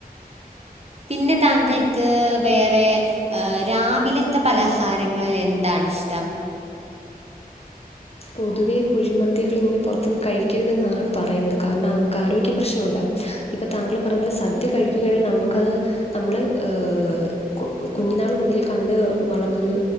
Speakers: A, on the right; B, on the left.
A: പിന്നെ താങ്കൾക്ക് വേറെ ഏ.. രാവിലത്തെ പലഹാരങ്ങളിൽ എന്താണിഷ്ടം
B: പൊതുവെ കുഴിമന്തികൾ ഇങ്ങനെ പുറത്തുന്ന് കഴിക്കരുതെന്നാണ് പറയുന്നത് കാരണം നമുക്ക് ആരോഗ്യ പ്രശ്നങ്ങള്ണ്ടാവും ഇപ്പം താങ്കൾ പറഞ്ഞ ലെ സദ്യ കഴിക്കുകയാണെങ്കിൽ നമ്മക്കത്. ഹ് നമ്മള് ഹ് കു കുഞ്ഞിനാള് മുതലേ കണ്ട് വളർന്നൊരു